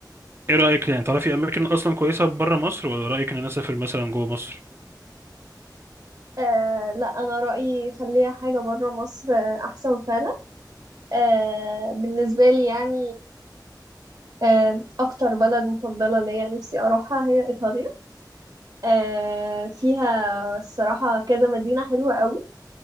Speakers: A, on the right; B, on the right.
A: إيه رأيك يعني تعرفي أماكن أصلا كويسة برا مصر ولا رأيك إن أنا أسافر مثلا جوه مصر؟
B: آه لا انا رايي خليها حاجه بره مصر آه، احسن فعلا آه بالنسبه لي يعني آه اكتر بلد مفضله ليا نفسي اروحها هي ايطاليا آه فيها الصراحه كذا مدينه حلوه قوي